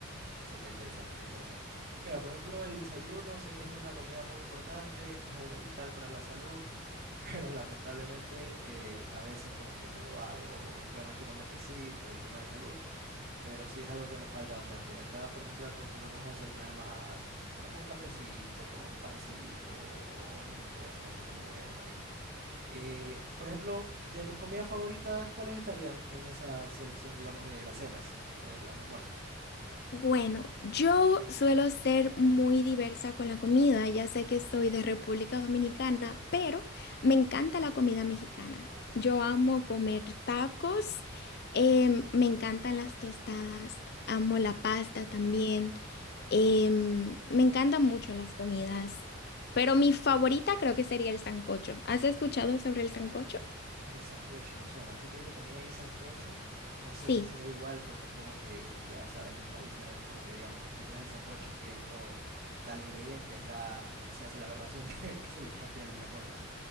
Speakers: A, on the right; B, on the left.
A: Esto está interesante, está interesante. Mira, por ejemplo, el desayuno, sé que es una comida muy importante, que es algo vital para la salud. <laughs> pero lamentablemente eh, a veces como que no lo hago. Bueno, últimamente sí, por el tema de salud, pero sí es algo que me falta bastante. Y acá, por ejemplo, acostumbramos a desayunar más como un cafecito, con pancito o algunas cosas, así como huevo también. Eh, por ejemplo, de tus comidas favoritas, ¿cuáles estarían en esa selección, digamos, de las cenas o de los almuerzos?
B: Bueno, yo suelo ser muy diversa con la comida, ya sé que soy de República Dominicana, pero me encanta la comida mexicana. Yo amo comer tacos, em, me encantan las tostadas, amo la pasta también, em, me encantan mucho las comidas, pero mi favorita creo que sería el sancocho. ¿Has escuchado sobre el sancocho?
A: El sancocho me suena. Aquí creo que también hay sancocho. No sé
B: Sí.
A: si será igual porque es como que ya sabes que en países a veces como que digamos, tú tienes el sancocho que es con tal ingrediente y acá se hace la aberración <laughs> que, que se le cambia la cosa.